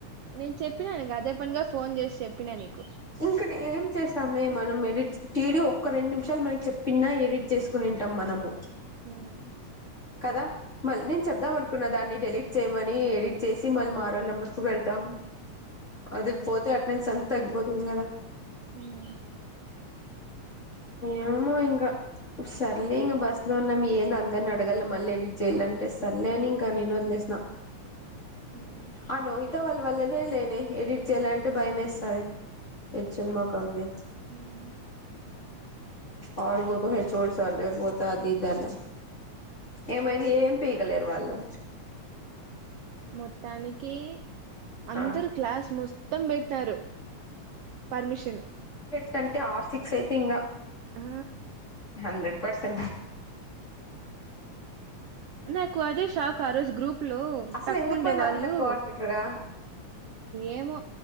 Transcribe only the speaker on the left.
ఇంక ఏం చేస్తామే మనం ఎడి టీడీ ఒక్క రెండు నిమ్షాలు మనకి చెప్పింన్నా ఎడిట్ చేస్కునింటాం మా మనము.
కదా మళ్ నేను చెప్దాం అనుకున్న దాన్ని డెలీట్ చేయమని ఎడిట్ చేసి మళ్ళీ మారోళ్నెంబర్కు పెడ్తాం అది పోతే అట్నై సంతకుపోతుండే గద
ఏమొ ఇంగ సర్లే ఇంగ బస్లో ఉన్నాం ఏంది అందరినడగల మళ్ళేడిట్ చేయాలంటే సర్లే అని ఇంకా నేను ఓదిలేసినా
ఆ లోహత వాళ్ళ వల్లనే లేనే ఎడిట్ చేయాలంటే భయమేస్తది ఏచ్చుల్ మొకంది
ఆడు బోతో హెచ్ఒడి సర్ దగ్గరికి పోతే అది ఇదనే ఏమైంది ఏం పీకలేరు వాళ్ళు.
ఆ
టంటే ఆర్ సిక్స్ అయితే ఇంగా
హండ్రెడ్ పర్సెంట్
అసలు
ఎందుకు పోయింది
ఆ పిల్ల కోఆర్డినేటర్ గా